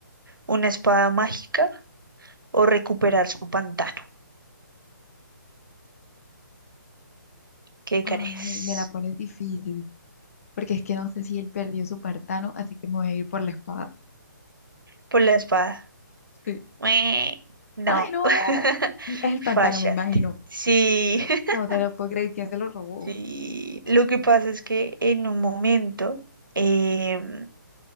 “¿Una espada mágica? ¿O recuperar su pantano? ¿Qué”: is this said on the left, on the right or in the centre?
Right